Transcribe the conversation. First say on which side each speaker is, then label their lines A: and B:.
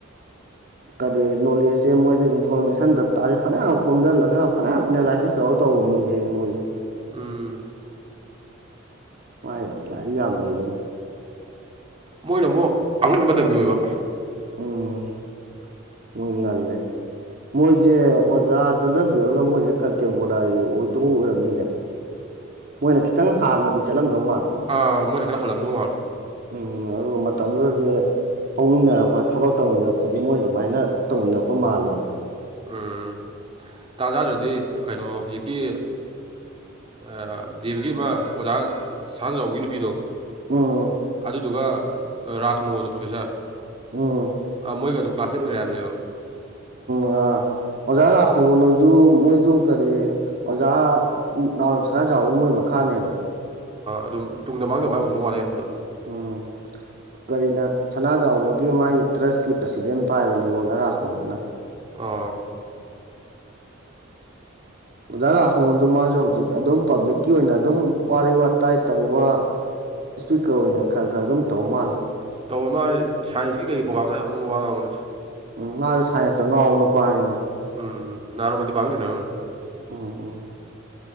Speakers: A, on the right; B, on the right.
A: ꯀ ꯅꯣꯂꯦꯖꯁꯦ ꯃꯣꯏꯗ ꯏꯟꯐꯣꯔꯃꯦꯁꯟ ꯗꯇꯥꯁꯦ ꯐꯅꯌꯥꯝ ꯈꯣꯝꯖꯤꯜꯂꯒ ꯐꯅꯌꯥꯝ ꯑꯦꯅꯥꯂꯥꯏꯁꯤꯁ ꯆꯂ ꯇꯧꯕ ꯃꯤꯅꯦꯅꯦ ꯃꯣꯏꯁꯦ
B: ꯎꯝ
A: ꯍꯣꯏ ꯂꯥꯏꯔꯤꯛ ꯌꯥꯝꯕꯩꯒꯅꯦ
B: ꯃꯣꯏꯅ ꯑꯃꯨꯛ ꯑꯉꯟꯕ ꯃꯇꯝꯒꯤ ꯑꯣꯏꯕ
A: ꯎꯝ ꯃꯣꯏꯅꯜꯦ ꯃꯣꯏꯁꯦ ꯑꯣꯖꯥ ꯇꯅꯕꯤꯔꯒ ꯃꯣꯏꯁꯦ ꯀꯟꯇꯦꯝꯄꯣꯔꯥꯔꯤ ꯑꯣꯏꯗꯧ ꯑꯣꯏꯔꯝꯅꯤꯅꯦ ꯃꯣꯏꯅ ꯈꯤꯇꯪ ꯍꯥꯟꯅꯗꯤ ꯆꯠꯂꯝꯗꯧ ꯃꯥꯜ
B: ꯑꯥ ꯃꯣꯏꯅ ꯈꯔ ꯍꯜꯂꯝꯅꯨꯉ
A: ꯎꯝ ꯑꯗꯨꯒ ꯃꯇꯝꯗꯨꯗꯗꯤ ꯐꯧꯃꯤꯟꯅꯔꯛꯄ ꯊꯕꯛ ꯇꯧꯃꯤꯟꯅꯔꯛꯄꯗꯤ ꯃꯣꯏꯗ ꯁꯨꯃꯥꯏꯅ ꯇꯧꯅꯔꯛꯄ ꯃꯥꯜꯂꯦ
B: ꯎꯝ ꯇꯥꯖꯥꯗ꯭ꯔꯗꯤ ꯀꯩꯅꯣ ꯍꯧꯖꯤꯛꯀꯤ ꯗꯗꯤꯕꯒꯤ ꯑꯃ ꯑꯣꯖꯥ ꯁꯍꯥꯟꯖꯕꯒꯤ ꯅꯨꯄꯤꯗꯣ
A: ꯎꯝ
B: ꯑꯗꯨꯗꯨꯒ ꯔꯥꯖ ꯃꯣꯍꯣꯟꯗꯣ ꯄ꯭ꯔꯣꯐꯦꯁꯥꯔ
A: ꯎꯝ
B: ꯃꯣꯏꯒ ꯑꯗꯨꯝ ꯀ꯭ꯂꯥꯁꯃꯦꯠ ꯑꯣꯏꯔꯛꯝꯅꯦꯕ
A: ꯑ ꯃꯖꯥꯏ ꯔꯣ ꯅꯣꯏꯁꯨꯣ ꯃꯣꯏꯁꯨ ꯀꯦꯔꯤ ꯑꯣꯖꯥ ꯅꯥꯎꯔꯦꯝꯁꯅꯥ ꯆꯥꯎꯕꯒꯤ ꯃꯣꯏ ꯃꯈꯥꯅꯦꯕ
B: ꯑꯗꯨꯝ ꯇꯨꯡꯗ ꯃꯃꯥꯡꯗ ꯃꯥꯏ ꯑꯣꯏꯟꯗꯧ ꯃꯥꯜꯂꯦ ꯍꯕꯗꯣ
A: ꯎꯝ ꯀꯔꯤꯅ ꯁꯅꯥꯖꯥꯎꯕꯒꯤ ꯃꯥꯒꯤ ꯇ꯭ꯔꯁꯀꯤ ꯄ꯭ꯔꯁꯤꯗꯦꯟ ꯄꯥꯏꯕꯅꯦꯕ ꯑꯣꯖꯥ ꯔꯥꯥꯁ ꯃꯣꯍꯅ
B: ꯑꯥ
A: ꯑꯣꯖꯥ ꯔꯥꯖ ꯃꯣꯟꯁꯨ ꯃꯥꯁꯨ ꯍꯧꯖꯤꯛ ꯑꯗꯨꯝ ꯄꯥꯕ꯭ꯂꯤꯛꯀꯤ ꯑꯣꯏꯅ ꯑꯗꯨꯝ ꯋꯥꯔꯤ ꯋꯥꯇꯥꯏ ꯇꯧꯕ ꯏꯁꯄꯤꯀꯔ ꯑꯣꯏꯅ ꯈꯔ ꯈꯔ ꯑꯗꯨꯝ ꯇꯧ ꯃꯥꯜꯂꯦ
B: ꯇꯧꯕ ꯃꯥꯗꯤ ꯁꯟꯁ ꯀꯩ ꯄ꯭ꯔꯣꯒꯥꯝ ꯃꯌꯥꯝ ꯌꯥꯝ ꯂꯅꯨꯡꯕ ꯋꯥ ꯉꯥꯡꯕꯅꯤꯠꯇꯦ
A: ꯎꯝ ꯃꯥꯁꯨ ꯁꯥꯏꯟꯁꯇ ꯉꯥꯎꯕ ꯅꯨꯄꯥꯅꯤꯅꯤ
B: ꯎꯝꯝ ꯅꯥꯟꯅ ꯃꯗꯤ ꯄꯝꯃꯤ ꯅꯅꯣꯏ
A: ꯎꯝ ꯎꯝ